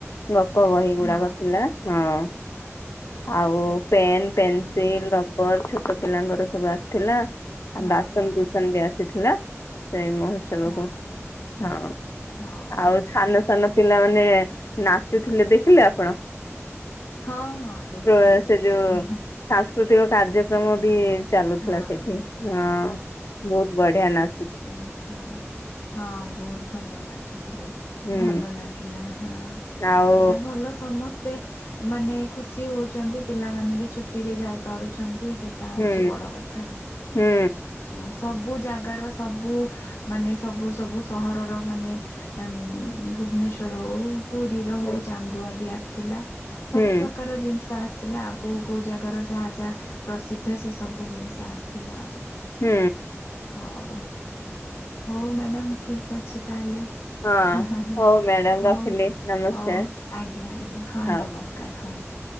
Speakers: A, on the left; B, on the left.
A: ଗପ ବହି
B: ହଁ,
A: ଗୁଡାକ ଥିଲା ହଁ। ଆଉ ପେନ୍ ପେନ୍ସିଲ
B: ହଁ,
A: ରବର ଛୋଟ ପିଲାଙ୍କର ସବୁ ଆସିଥିଲା।
B: ହଁ,
A: ଆଉ
B: ହଁ,
A: ବାସନ କୁସନ ବି ଆସିଥିଲା। ସେଇ ମହୋତ୍ସବକୁ।
B: ହଁ।
A: ହଁ
B: ହଉ,
A: ଆଉ ସାନ ସାନ ପିଲା ମାନେ ନାଚୁଥିଲେ, ଦେଖିଲେ ଆପଣ
B: ହଁ ହଁ ଦେଖିଲି
A: ପ୍ରୋ ସେ
B: ଦେଖିଲି।
A: ଯୋଉ ସାଂସ୍କୃତିକ କାର୍ଯ୍ୟକ୍ରମ ବି ଚାଲୁଥିଲା
B: ହଁ
A: ସେଇଠି। ହଁ, ବହୁତ ବଢିଆ ନାଚ
B: ମିତି, ହଁ ବହୁତ ଭଲ ନାଚୁଥିଲେ
A: ହୁଁ
B: ।ଭଲ ଲାଗିଲା। ହଁ,
A: ଆଉ
B: ଏଇଟା ଭଲ ସମସ୍ତ- ଏତେ ମାନେ, ଖୁସି ହଉଚନ୍ତି। ପିଲାମାନେ ବି ଛୁଟି ରେ ଯାଇ ପାରୁଛନ୍ତି ସେଇଟା ହଉଚି
A: ହୁଁ
B: ବଡ଼ କଥା।
A: ହୁଁ
B: ଆଉ ସବୁ ଜାଗାର ସବୁ ମାନେ ସବୁ ସବୁ ସହରର ମାନେ ଭୁବନେଶ୍ୱର ହଉ ପୁରୀର ହଉ
A: ହୁଁ
B: ଚାନ୍ଦୁଆ ବି ଆସ ଥିଲା । ସବୁ
A: ହୁଁ
B: ପ୍ରକାର ଜିନିଷ ଆସିଥିଲା ଆଉ କେଉଁ କେଉଁ ଜାଗାର ଯାହା ଯାହା ପ୍ରସିଦ୍ଧ ସେ ସବୁ ଜିନିଷ ଆସିଥିଲା ଆଉ।
A: ହୁଁ।
B: ହଉ ହଉ ମ୍ୟାଡ଼ମ୍ ଠିକ୍ ଅଛି ତାହେଲେ।
A: ହଁ
B: ହ ହ ହ
A: ହଉ ମ୍ୟାଡାମ
B: ହଉ
A: ରଖିଲି ନମସ୍କାର
B: ହଉ ଆଜ୍ଞା ଆଜ୍ଞା ହଁ
A: ହଉ।
B: ନମସ୍କାର ହଁ ।